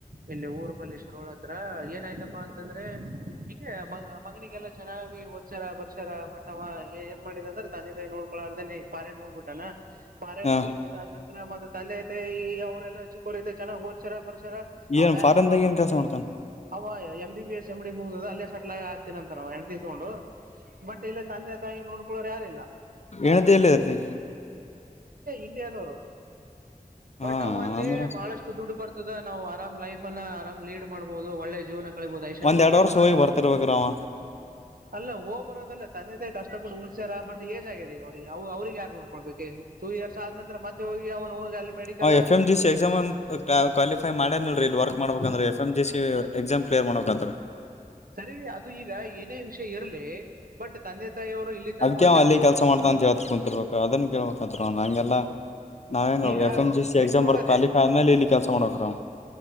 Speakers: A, on the right; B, on the left.
A: ಇಲ್ಲಿ ಊರ್ ಬಲ್ಲಿ ಶುರು ಹತ್ರ ಏನ ಆಯ್ತಪ್ಪಾ ಅಂತಂದ್ರೆ ಹಂಗ ಮ ಮಗನಿಗೆಲ್ಲಾ ಚೆನ್ನಾಗಿ ಒದಸಾರ ಬರ್ಷಾರ ಮಟವ ಏನ್ ಮಾಡಿದ ಅಂದ್ರ ತಂದೆ ತಾಯಿ ನೋಡ್ಕೊಳಾರ್ದೇನೆ ಈ ಫಾರಿನ್ ನೋಡ್ಬಿಟ್ಟಾನ ಫಾರೇನ್
B: ಹ
A: ಹೋಗಿದಂತ <inaudible> ತಂದೆ ಐ ಈ ಈ ಅವ್ರರೆಲ್ಲ ಚಿಕ್ಕವರಿಂದ ಚನ್ನಾಗ ಓದ್ಸರ ಬರ್
B: ಏನ್
A: ಮ್ಯಾರೇಜ್
B: ಫಾರಿನ್ದಾಗ
A: ಮಾಡ
B: ಏನ್ ಕೆಲ್ಸ ಮಾಡ್ತಾನ
A: ಅವ M B S M D ಮುಗ ಅಲ್ಲೇ ಸೆಲ್ ಆಗ ಆಗ್ತೇನ ಅಂತ ನಾ ಹೆಣಂತ ತತ್ಕೊಂಡು ಬಟ್ ಇಲ್ಲ ತಂದೆ ತಾಯಿ ನೋಡ್ ಇಳರ ಯಾರಲ್ಲ
B: ಏನಂತ ಎಲ್ಲಿ ಅರ್ತಿ
A: ಇಂಡಿಯಾದವರು ಬಟ್
B: ಹಾ
A: ಅವಲ್ಲಿ
B: ಅಂದ್ರ
A: ಬಹಳಷ್ಟು ದುಡ್ಡು ಬರ್ತ ನಾವು ಆರಾಮ್ ಲೈಫ ಅನ್ನ ಆರಾಮ್ ಲೀಡ್ ಮಾಡ್ಬಹುದು ಒಳ್ಳೆ ಜೀವನ ಕಬಹದ ಐಶಾರಾಮಿ
B: ಒಂದ್ ಎರಡ್
A: ಜೀವನ
B: ವರ್ಷ ಹೋಗಿ ಬರ್ತಿರ್ಬೇಕ್ರ ಅವ
A: ಅಲ್ಲ ಹ ಬರೋದಲ್ಲ ತಂದೆ ಕಷ್ಟ ಇಷ್ಟಪಟ್ಟ ಹೊಡ್ಸಯರ ರ ಬಟ್ಏಜ್ ಆಗಿದೆ ಈಗ ಅವ್ರಿಗೆ ಅವ್ರ ಯಾರ್ ನೋಡ್ಕೊಳ್ಬೇಕೇ ಟು ಇಯರ್ಸ್ ಆದ ನಂತ ಮತ್ತೆ ಹೋಗಿ medical
B: ಹ F M G C exam ಅ ಕ್ವಾಲಿಫೈ ಮಾಡ್ಯನ್ನಲ್ರರಿ ಇಲ್ಲಿ ವರ್ಕ್ ಮಾಡ್ಬೇಕಂದ್ರೆ F M G C exam clear ಮಾಡಬೇಕಂತ
A: ಸರಿ ಅದು ಈಗ ಏನೇ ವಿಷಯ ಇರ್ಲಿ ಬಟ್ ತಂದೆ ತಾಯಿಯವರು ಇಲ್ಲಿ ತಾನೇ
B: ಅದ್ಕ್
A: ಓದಿಸ್ಯಾರ
B: ವ್ ಅಲ್ಲಿ
A: ಅವ
B: ಕೆಲ್ಸ ಮಾಡ್ದ
A: ಹ,
B: ಅಂತ ಹೇಳ ಕುಂತಿರ್ಬೇಕು ಅದನ್ನ ಕೇಳ್ಬೇಕತ್ರ ನಂಗೆಲ್ಲ ನಾವ ಹೆಂಗ
A: ಈಗ
B: ಎಫ್ ಎಂ ಜ ಸಿ
A: ಬಿಟ್ಟು
B: ಎಕ್ಸಾಮ್
A: ಹೋಗೋದೆ
B: ಬರ ಕ್ವಾಲಿಫೈ ಆದ್ಮೇಲೆ ಇಲ್ಲಿ ಕೆಲಸ ಮಾಡೋಕ ರ್